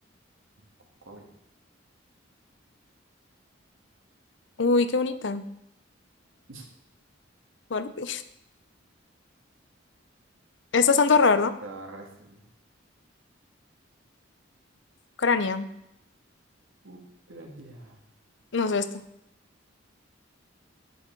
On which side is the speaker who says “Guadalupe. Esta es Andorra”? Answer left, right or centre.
Left